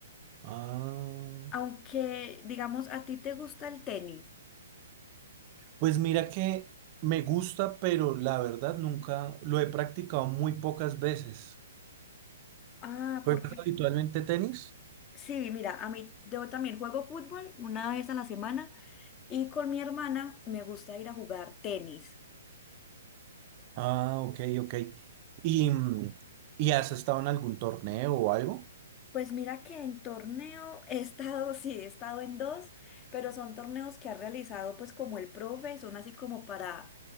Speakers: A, on the right; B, on the left.
A: Ah,
B: aunque digamos a ti te gusta el tenis.
A: pues mira que me gusta, pero la verdad nunca lo he practicado muy pocas veces.
B: Ah,
A: ¿Juegas
B: porque
A: habitualmente tenis?
B: Sí, mira, a mí yo también juego fútbol una vez a la semana y con mi hermana me gusta ir a jugar tenis.
A: Ah, ok, ok. ¿Y, mm, y has estado en algún torneo o algo?
B: Pues mira que en torneo he estado, <laughs> sí, he estado en dos, pero son torneos que ha realizado pues como el profe, son así como para